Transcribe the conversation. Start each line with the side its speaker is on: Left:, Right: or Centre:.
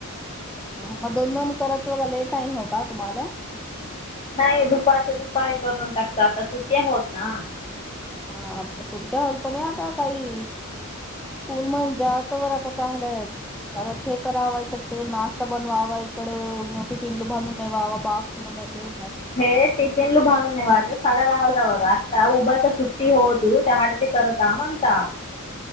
Centre: ह मग दोन दोन करतं तुम्हाले, टाईम होता का तुमाले?
Left: नाई दुपारच्या दुपारी करून टाकता. आता सुट्टी होत ना.
Centre: हा. आता सुट्ट्या होईल, पण आता ताई हो मग. जेवायचं परत पाहणंय. <unintelligible> नाश्ता बनवावा इकडं, मग टिफिन भरून दे बाबा असं म्हणाले
Left: हो. <unintelligible> म्हणता.